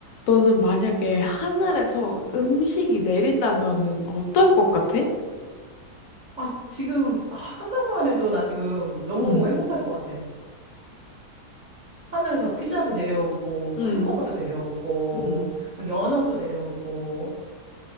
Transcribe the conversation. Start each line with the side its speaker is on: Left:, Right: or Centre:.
Left: 너는 만약에 하늘에서 음식이 내린다면은 어떨 것 같아?
Right: 아, 지금 아, 상상만 해도 나 지금 너무
Left: 응,
Right: 행복할 것 같아. 하늘에서 피자도 내려오고,
Left: 응,
Right: 햄버거도 내려오고,
Left: 응.
Right: 뭐 연어도 내려오고,